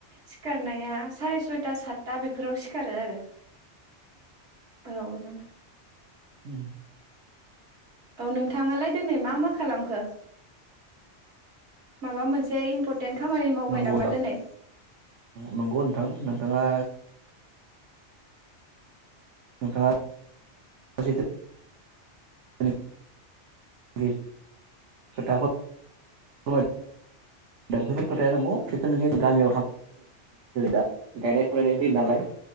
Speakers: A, on the right; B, on the right.
A: सिखारनाया साराय सयथा सातथा बेफोराव सिखारो आरो। औन
B: उम।
A: औ नोंथाङालाय दिनै मा मा खालामखो? माबा मोनसे इम्परटेन्ट खामानि मावबाय
B: नंगौ
A: नामा दिनै?
B: नंगौ नोंथां नोंथाङा नोंथाङा <unintelligible> <unintelligible> फोरमायदों <unintelligible> थानाय हिसाबै मोनसे जै दा गायनाय फुनायनि दिन नालाय